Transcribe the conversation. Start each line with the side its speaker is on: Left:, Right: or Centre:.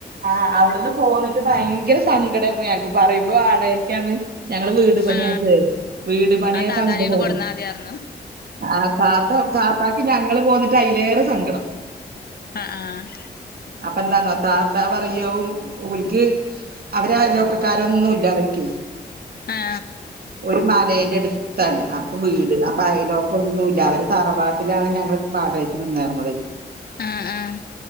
Right: ആഹ് അവ്ട്ന്ന് പോന്ന്ട്ട് ഭയങ്കര സങ്കടേര്ന്നു ഞങ്ങക്ക് പറയ്മ്പോ വാടകക്ക്യാണ് ഞങ്ങള് വീട് പണി
Left: ആ
Right: ആയപ്പഴെ വീട് പണിയാപ്പോ
Left: ആ താത്താനെ
Right: അങ്ങട്ട്
Left: ഇങ്ങട്
Right: പോയതേ
Left: കൊടുന്നാ മതിയാർന്നു
Right: ആഹ് താത്തഒക്ക താത്തക്ക് ഞങ്ങള് പോന്നിട്ട് അയ്ലേറെ സങ്കടം
Left: അഹ് ആഹ്
Right: അപ്പൊ എന്താന്നോ താത്താ പറയാവും ഓൽക്ക് അവരാലോക്ക സ്ക്കാരൊന്നുല്ലൻക്കേ
Left: ആ
Right: ഒരു മലേന്റെട്ത്താണ് അപ്പൊ വീട്. അപ്പൊ അയലൊക്കൊന്നുല്ല അവര് തറവാട്ടിലാണ് ഞങ്ങള് വാടകക്ക് നിന്നേർന്നതെയ്
Left: അഹ് ആഹ്